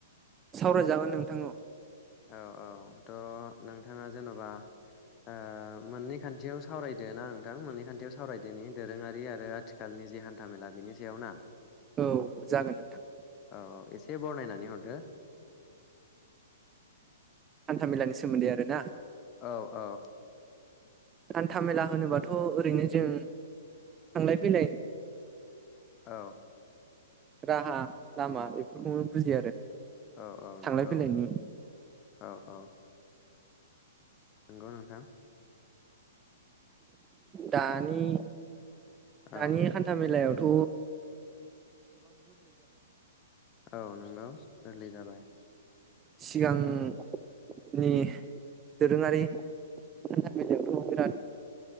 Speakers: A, on the right (about 20°); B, on the left (about 30°).
A: सावरायजागोन नोंथां औ।
B: औ औ थ' नोंथाङा जेनबा ओ मोननै खान्थियाव सावरायदो ना नोंथां मोननै खान्थियाव सावरायदोनि दोरोङारि आरो आथिखालनि जि हान्थामेला बेनि सायाव ना?
A: औ जागोन नोंथां।
B: औ औ एसे बरनायनानै हरदो।
A: हान्था मेलानि सोमोन्दै आरो ना।
B: औ औ।
A: हान्था मेला होनोबाथ ओरैनो जों थांलाय फैलाय
B: औ।
A: राहा लामा बेफोरखौनो बुजियो आरो।
B: औ औ
A: थांलाय
B: नंगौ
A: फैलायनि
B: औ औ। नोंगौ नोंथां।
A: दानि
B: औ
A: दानि हान्था मेलायाव थ'
B: औ औ नंगौ गोरलै जाबाय।
A: सिगांनि दोरोङारि हान्था मेलायावथ' बिराद